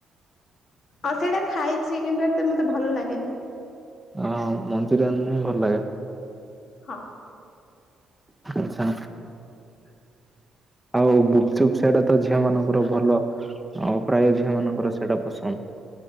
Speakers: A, on the left; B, in the centre.
A: ଆଉ ସେଇଟା ଖାଇଛି କିନ୍ତୁ ଏତେ ମତେ ଭଲ ଲାଗେନି।
B: ଅ ମଞ୍ଚୁରିଆନ ଭଲ ଲାଗେ?
A: ହଁ।
B: ଆଛା।
A: ସେ
B: ଆଉ ଗୁପ୍ ଚୁପ୍ ସେଇଟା ତ ଝିଅ ମାନଙ୍କର ଭଲ ଆଉ ପ୍ରାୟ ଝିଅମାନଙ୍କର ସେଇଟା ପସନ୍ଦ। ହ